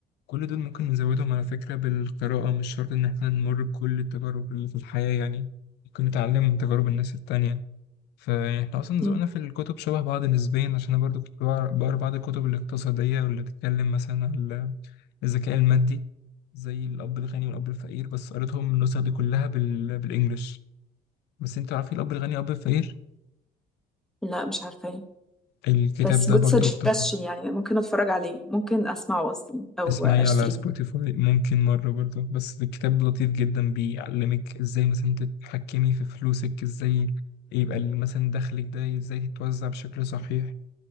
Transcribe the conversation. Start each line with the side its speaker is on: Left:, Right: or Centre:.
Left: كل دول ممكن نزودهم على فكرة بالقراءة مش شرط إن إحنا نمر بكل التجارب اللي في الحياة يعني ممكن نتعلم من تجارب الناس التانية فإحنا أصلا ذوقنا
Centre: مم.
Left: في الكتب شبه بعض نسبيا عشان أنا برضو كنت بقرا بقرا بعض الكتب الاقتصادية واللي بتتكلم مثلا على الذكاء المادي زي الأب الغني والأب الفقير بس قريتهم النسخ دي كلها بال... بالإنجلش بس أنت عارف إيه الأب الغني والأب الفقير
Centre: لا مش عارفة
Left: الكتاب
Centre: بس
Left: ده
Centre: good
Left: برضو
Centre: suggestion
Left: اقتصادي
Centre: يعني ممكن اتفرج عليه ممكن اسمعه اصلا او
Left: اسمعي
Centre: اشتريه
Left: على سبوتيفاي ممكن مرة برضه بس الكتاب لطيف جدا بيعلمك ازاي مثلا تتحكمي في فلوسك ازاي يبقى ال- مثلا دخلك ده ازاي تتوزع بشكل صحيح